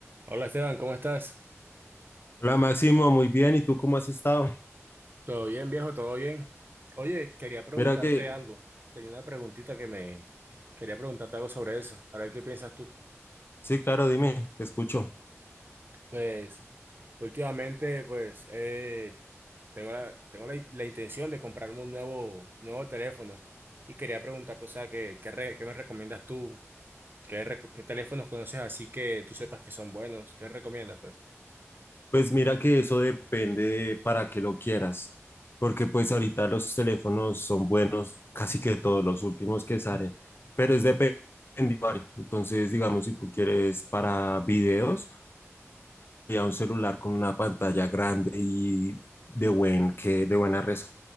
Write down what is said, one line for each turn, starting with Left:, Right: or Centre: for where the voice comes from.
Right: Hola Esteban, ¿cómo estás?
Left: Hola Máximo, muy bien. ¿Y tú cómo has estado?
Right: ¿Todo bien, viejo? ¿Todo bien? Oye, quería preguntarte
Left: Mira que,
Right: algo. Tenía una preguntita que me... Quería preguntarte algo sobre eso. A ver qué piensas tú.
Left: sí, claro, dime, te escucho.
Right: Pues, últimamente, pues, eh, tengo la, tengo la, la intención de comprarme un nuevo, nuevo teléfono. Y quería preguntarte, o sea, ¿qué, qué, re- qué me recomiendas tú? ¿Qué, reco- qué teléfonos conoces así que tú sepas que son buenos? ¿Qué recomiendas, pues?
Left: Pues mira que eso depende de para qué lo quieras, porque pues ahorita los teléfonos son buenos, casi que todos los últimos que salen, pero es dependiente. Entonces, digamos, si tú quieres para videos. sería un celular con una pantalla grande y de, buen, que, de buena resolución,